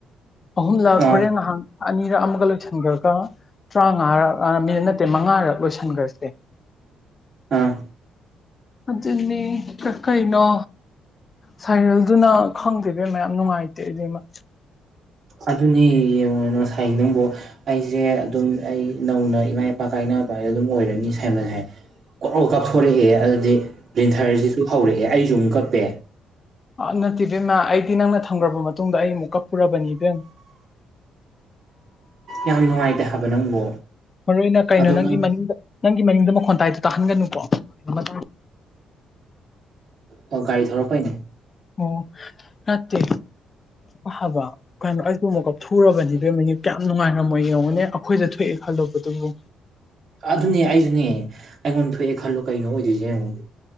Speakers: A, on the left (about 35°); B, on the right (about 55°).
A: ꯑꯍꯨꯝꯂꯛ
B: ꯑꯥ
A: ꯍꯣꯔꯦꯟ ꯉꯍꯥꯛ ꯑꯅꯤꯔꯛ ꯑꯃꯒ ꯂꯣꯏꯁꯜꯂꯒ ꯇꯔꯥꯡꯉꯔꯛ ꯑꯥ ꯃꯤꯅ ꯅꯠꯇꯦ ꯃꯉꯥꯔꯛ ꯂꯣꯏꯁꯟꯈ꯭ꯔꯁꯦ
B: ꯑꯥ
A: ꯑꯗꯨꯅꯤ ꯀꯥ ꯀꯩꯅꯣ ꯁꯥꯏꯔꯦꯜꯗꯨꯅ ꯈꯪꯗꯦꯕ ꯃꯌꯥꯝ ꯅꯨꯡꯉꯥꯏꯇꯦ ꯑꯩꯗꯤ ꯃꯦ
B: ꯑꯗꯨꯅꯦ ꯌꯦꯡꯉꯣꯅꯨ ꯉꯁꯥꯏ ꯅꯪꯕꯨ ꯑꯩꯁꯦ ꯑꯗꯨꯝ ꯑꯩ ꯅꯧꯅ ꯏꯃꯥ ꯏꯄꯥ ꯀꯥꯏꯅ ꯑꯗꯨꯝ ꯑꯣꯏꯔꯅꯤ ꯁꯥꯃꯟ ꯍꯥꯏ ꯀꯣꯛꯂꯥꯎ ꯀꯥꯞꯊꯣꯔꯛꯑꯦ ꯑꯗꯨ ꯍꯥꯏꯗꯤ ꯄ꯭ꯔꯤꯟꯊꯔꯁꯤꯁꯨ ꯍꯧꯔꯛꯑꯦ ꯑꯩꯁꯨꯨꯃꯨꯛ ꯀꯛꯄꯦ
A: ꯑ ꯅꯠꯇꯦꯕꯦꯝꯃ ꯑꯩꯗꯤ ꯅꯪꯅ ꯊꯝꯈ꯭ꯔꯕ ꯃꯇꯨꯡꯗ ꯑꯩ ꯑꯃꯨꯛ ꯀꯞꯄꯨꯔꯕꯅꯤ ꯏꯕꯦꯝ <inaudible>
B: ꯌꯥꯝ ꯅꯨꯡꯉꯥꯏꯇꯦ ꯍꯥꯏꯕ ꯅꯪꯕꯨ
A: ꯃꯔꯨ ꯑꯣꯏꯅ ꯀꯩꯅꯣ
B: ꯑꯗꯣ
A: ꯅꯪꯒꯤ
B: ꯅꯪ
A: ꯃꯅꯤꯡ ꯃꯅꯤꯡꯗ ꯈꯣꯟꯇꯥꯏꯗꯨ ꯇꯥꯍꯟꯒꯅꯨꯀꯣ ꯑꯃ
B: ꯑꯣ ꯒꯥꯔꯤ ꯊꯔꯛꯄꯥꯏꯅꯦ
A: ꯑꯣ ꯅꯠꯇꯦ ꯐꯕ ꯀꯩꯅꯣ ꯑꯩꯁꯨ ꯑꯃꯨꯛ ꯀꯞꯊꯨꯔꯕꯅꯤ ꯏꯕꯦꯝꯃ ꯌꯥꯝ ꯅꯨꯡꯉꯥꯏꯔꯝꯃꯣꯏ ꯌꯦꯡꯉꯨꯅꯦ ꯑꯩꯈꯣꯏꯗ ꯊꯣꯛꯑꯦ ꯈꯜꯂꯨꯕꯗꯨꯕꯨ
B: ꯑꯗꯨꯅꯦ ꯑꯩꯁꯨꯅꯦ ꯑꯩꯉꯣꯟꯗ ꯊꯣꯛꯑꯦ ꯈꯜꯂꯣ ꯀꯩꯅꯣ ꯑꯣꯏꯗꯣꯏꯁꯦ ꯌꯦꯡꯉꯣ